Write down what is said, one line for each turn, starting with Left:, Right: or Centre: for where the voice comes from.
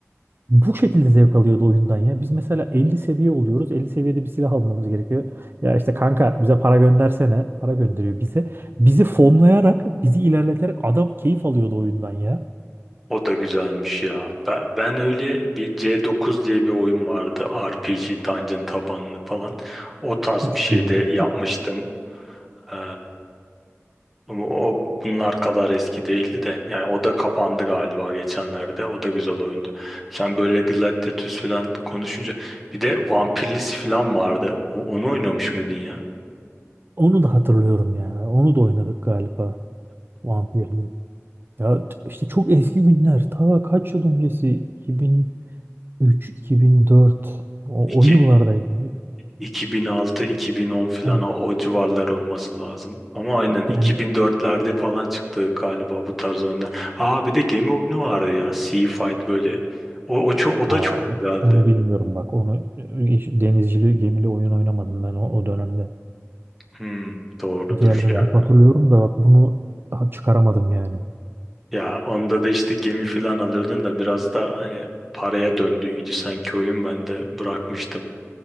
Right: bu şekilde zevk alıyordu oyundan ya. Biz mesela 50 seviye oluyoruz. elli seviyede bir silah almamız gerekiyor. Ya işte kanka bize para göndersene. Para gönderiyor bize. Bizi fonlayarak, bizi ilerleterek adam keyif alıyordu oyundan ya.
Centre: O da güzelmiş ya. Ben, ben öyle bir C9 diye bir oyun vardı. RPG Dungeon tabanlı falan. O tarz
Right: Hiç
Centre: bir şey
Right: duymadım.
Centre: de yapmıştım. Ee, ama o bunlar kadar eski değildi de. Yani o da kapandı galiba geçenlerde. O da güzel oyundu. Sen böyle Gladiatus falan konuşunca bir de Vampirlisi falan vardı. O, onu oynamış mıydın ya?
Right: Onu da hatırlıyorum ya. Onu da oynadık galiba. Vampirli. Ya t- işte çok eski günler. Ta kaç yıl öncesi? 2003, 2004. O,
Centre: İki
Right: o yıllardaydı.
Centre: 2006-2010 falan
Right: Ha.
Centre: o, o civarlar olması lazım. Ama aynen
Right: Yani
Centre: 2004'lerde falan çıktı galiba bu tarz oyunlar. Aa bir de gemi oyunu vardı ya. Sea Fight böyle. O, o, ço- o
Right: Aa,
Centre: da çok
Right: o-
Centre: güzeldi.
Right: onu bilmiyorum bak. Onu hiç denizcili gemili oyun oynamadım ben o, o dönemde.
Centre: Hmm, doğrudur.
Right: Diğerlerini
Centre: Ya,
Right: hep hatırlıyorum da bak bunu daha çıkaramadım yani.
Centre: ya onda da işte gemi falan alıyordun da biraz da hani paraya döndüğüydü sanki oyun. Ben de bırakmıştım.